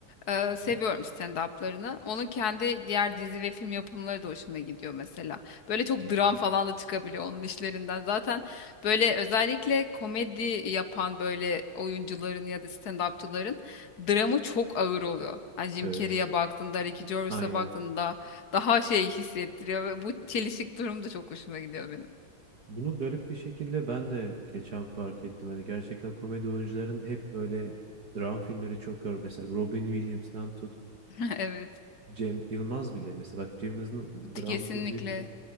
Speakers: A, on the left; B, on the right.
A: Ee,
B: hı.
A: seviyorum stand-up'larını. Onun kendi diğer dizi ve film yapımları da hoşuma gidiyor mesela. Böyle çok
B: Hı hı.
A: dram falan da çıkabiliyor onun işlerinden. Zaten böyle özellikle komedi yapan böyle oyuncuların ya da stand-upçıların dramı çok ağır oluyor. Hani Jim
B: Evet.
A: Carrey'e baktığında, Ricky Gervais'e
B: Aynen.
A: baktığında daha şey hissettiriyor ve bu çelişik durum da çok hoşuma gidiyor benim.
B: Bunu garip bir şekilde ben de geçen fark ettim. Hani gerçekten komedi oyuncuların hep böyle dram filmleri çok gör. Mesela Robin Williams'tan tut.
A: <laughs> Evet,
B: Cem Yılmaz bile mesela bak Cem Yılmaz'ın dram
A: kesinlikle.
B: filmi bile